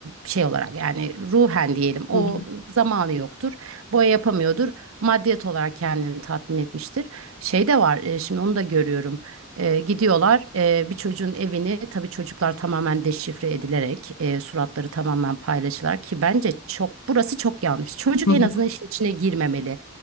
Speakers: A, on the right; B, on the left.
A: şey olarak yani ruhen diyelim o
B: Hı hı,
A: zamanı yoktur. Boya yapamıyordur. Maddiyet olarak kendini tatmin etmiştir. Şey de var e, şimdi onu da görüyorum. E, gidiyorlar e, bir çocuğun evini tabii çocuklar tamamen deşifre edilerek e, suratları tamamen paylaşılar ki bence çok burası çok yanlış. Çocuk
B: hı
A: en
B: hı,
A: azından işin içine girmemeli.